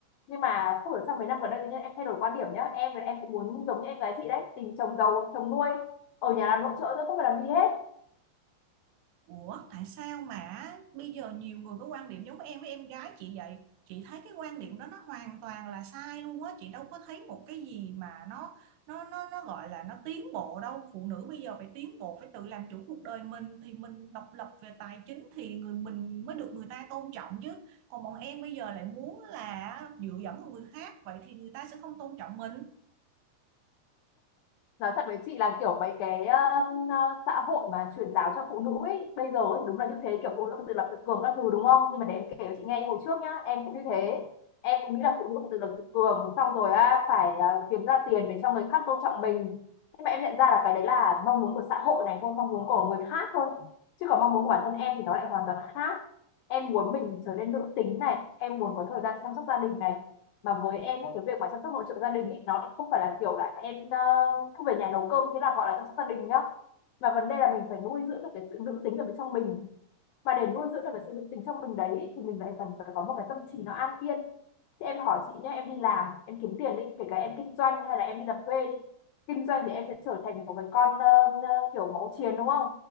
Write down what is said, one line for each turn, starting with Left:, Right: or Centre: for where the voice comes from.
Left: nhưng mà không hiểu sao mấy năm gần đây tự nhiên em thay đổi quan điểm nhá em là em cũng muốn giống như em gái chị đấy tìm chồng giàu chồng nuôi ở nhà làm nội trợ thôi không phải làm gì hết
Right: Ủa tại sao mà bây giờ nhiều người có quan điểm giống em với em gái chị vậy? Chị thấy cái quan điểm đó nó hoàn toàn là sai luôn á, chị đâu có thấy một cái gì mà nó nó nó nó gọi là nó tiến bộ đâu. Phụ nữ bây giờ phải tiến bộ, phải tự làm chủ cuộc đời mình thì mình độc lập về tài chính thì người mình mới được người ta tôn trọng chứ. Còn bọn em bây giờ lại muốn là dựa dẫm vào người khác vậy thì người ta sẽ không tôn trọng mình.
Left: nói thật với chị là kiểu mấy cái um, ờ, xã hội mà truyền giáo cho phụ nữ ấy, bây giờ ấy, đúng là như thế kiểu phụ nữ tự lập tự cường các thứ đúng không nhưng mà để em kể cho chị nghe cái hồi trước nhá em cũng như thế em cũng nghĩ là phụ nữ tự lập tự cường xong rồi á, phải ờ, kiếm ra tiền để cho người khác tôn trọng mình nhưng mà em nhận ra là cái đấy là mong muốn của xã hội này không mong muốn của người khác thôi chứ còn mong muốn của bản thân em thì nó lại hoàn toàn khác em muốn mình trở nên nữ tính này em muốn có thời gian chăm sóc gia đình này mà với em ấy cái việc mà chăm sóc hỗ trợ gia đình ấy, nó lại không phải là kiểu là em ờ, cứ về nhà nấu cơm thế là gọi là chăm sóc gia đình nhá mà vấn đề là mình phải nuôi dưỡng được cái sự nữ tính ở bên trong mình mà để nuôi dưỡng được cái sự nữ tính trong mình đấy thì mình lại cần phải có một cái tâm trí nó an yên Chứ em hỏi chị nhé em đi làm em kiếm tiền đi kể cả em kinh doanh hay là em đi làm thuê đi kinh doanh thì em sẽ trở thành một cái con ờ, ờ, kiểu máu chiến đúng không